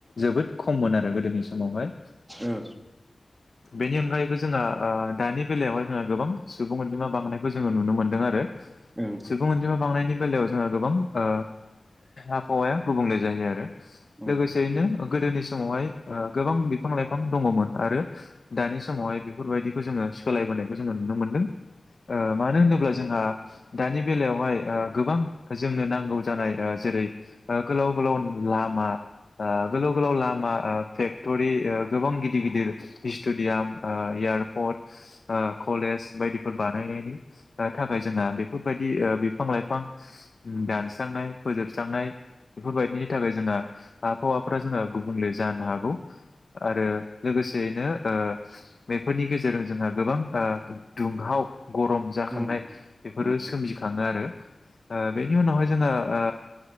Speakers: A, on the left; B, on the right.
A: जोबोद खममोन आरो गोदोनि समावहाय।
B: ओ।
A: बेनि अनगायैबो जोंहा ओ दानि बेलायावहाय जोहा गोबां सुबुं अनजिमा बांनायखौ जोङो नुनो मोनदों आरो।
B: ओं
A: सुबुं अनजिमा बांनायनि बेलायाव जोङो गोबां ओ आबहावाया गुबुंले जायो आरो।
B: ओं
A: लोगोसेयैनो गोदोनि समावहाय ओ गोबां बिफां लाइफां गोबां दङमोन आरो दानि समावहाय बेफोरबायदिखौ जोङो सोलायबोनायखौ जोङो नु नो मोनदों ओ मानो होनोब्ला जोंहा दानि बेलायावहाय ओ गोबां जोंनो नांगौ जानाय ओ जेरै गोलाव गोलाव लामा आ गोलाव गोलाव लामा आ फेक्ट'रि गोबां गिदिर गिदिर स्ट'डियाम ओ एयारपर्ट ओ कलेज बायदिफोर बानायनायनि ओ थाखाय जोंहा बेफोरबायदि ओ बिफां लाइफां ओम दानस्रांनाय फोजोबस्रांनाय बेफोरबायदिनि थाखाय जोंहा आबहावाफ्रा जोंहा गुबुंले जानो हागौ। आरो लोगोसेयैनो ओ बेफोरनि गेजेरजों जोंहा गोबां ओ दुंहाव गरम जाखांनाय
B: उम
A: बेफोरो
B: उम
A: सोमजिखाङो आरो। ओ बेनि उनावहाय जोङो ओ